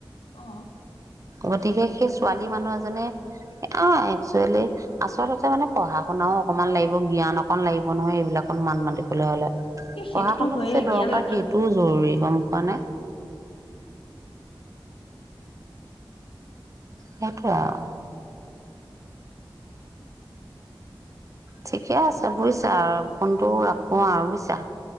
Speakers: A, on the left; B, on the right.
A: অ
B: গতিকে সেই ছোৱালীমানুহ এজনে অ', একচুৱেলি আচলতে মানে পঢ়া শুনাও অকনমান লাগিব জ্ঞান অকন লাগিব নহয় এইবিলাকত মান মাতি হ'লে
A: এই
B: পঢ়া
A: সেইটোতো
B: শুনাটো
A: হয়ে
B: যে দৰকাৰ
A: জ্ঞান লাগিবই
B: সেইটোও জৰুৰী গম মানে। সেইটোৱে আৰু। ঠিকে আছে বুজিছা ফোনটো ৰাখো আৰু বুজিছা।